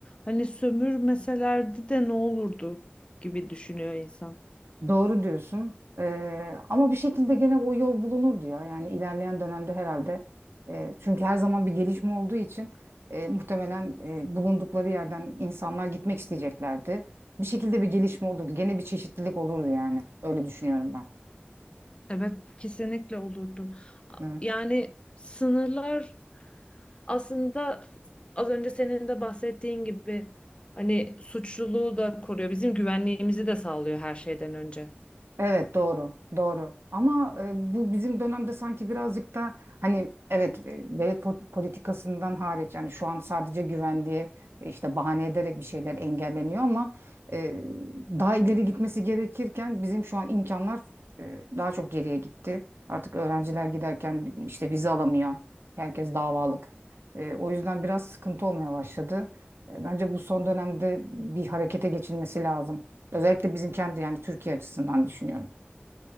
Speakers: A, on the left; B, on the right.
A: hani sömürmeselerdi de ne olurdu gibi düşünüyor insan.
B: Doğru diyorsun. Ee, ama bir şekilde gene o yol bulunurdu ya. Yani ilerleyen dönemde herhalde. e, çünkü her zaman bir gelişme olduğu için e, muhtemelen e, bulundukları yerden insanlar gitmek isteyeceklerdi. Bir şekilde bir gelişme olurdu. Gene bir çeşitlilik olurdu yani. Öyle düşünüyorum ben.
A: Evet kesinlikle olurdu. A-
B: Evet.
A: Yani sınırlar aslında az önce senin de bahsettiğin gibi hani suçluluğu da koruyor. Bizim güvenliğimizi de sağlıyor her şeyden önce.
B: Evet doğru doğru ama e, bu bizim dönemde sanki birazcık da hani evet e, devlet po- politikasından hariç yani şu an sadece güvenliği e, işte bahane ederek bir şeyler engelleniyor ama e, daha ileri gitmesi gerekirken bizim şu an imkanlar e, daha çok geriye gitti. Artık öğrenciler giderken işte vize alamıyor. Herkes davalık. E, o yüzden biraz sıkıntı olmaya başladı. E, bence bu son dönemde bir harekete geçilmesi lazım. Özellikle bizim kendi yani Türkiye açısından düşünüyorum.